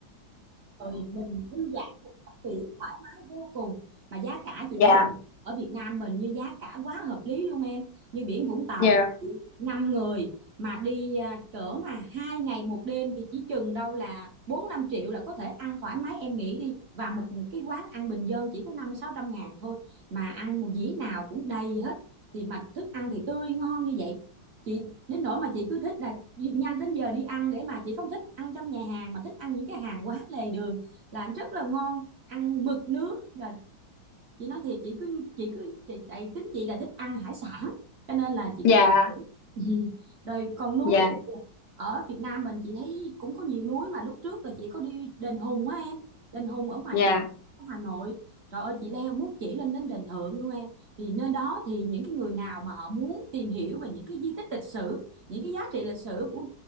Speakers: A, on the right; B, on the left.
A: rồi mình vui vẻ mình tắm biển thoải mái vô cùng mà giá cả chị
B: dạ
A: thấy ở Việt Nam mình như giá cả quá hợp lý luôn em như biển Vũng Tàu
B: dạ
A: năm người mà đi à, cỡ mà hai ngày một đêm thì chỉ chừng đâu là bốn năm triệu là có thể ăn thoải mái em nghĩ đi và một cái quán ăn bình dân chỉ có năm sáu trăm ngàn thôi mà ăn một dĩa nào cũng đầy hết thì mà thức ăn thì tươi ngon như vậy chị đến nỗi mà chị cứ thích là nhanh đến giờ đi ăn để mà chị không thích ăn trong nhà hàng mà thích ăn những cái hàng quán lề đường là rất là ngon ăn mực nướng rồi chị nói thiệt chị cứ chị cứ chị, đây tính chị là thích ăn hải sản cho nên là chị
B: dạ
A: thích ăn biển. Ừ. <laughs> rồi còn núi
B: dạ
A: thì ờ, ở Việt Nam mình chị thấy cũng có nhiều núi mà lúc trước là chị có đi đền Hùng á em đền Hùng ở ngoài
B: dạ
A: Phúc ở Hà Nội trời ơi chị leo muốn chỉ lên đến đền Thượng luôn em thì nơi đó thì những cái người nào mà họ muốn tìm hiểu về những cái di tích lịch sử những cái giá trị lịch sử của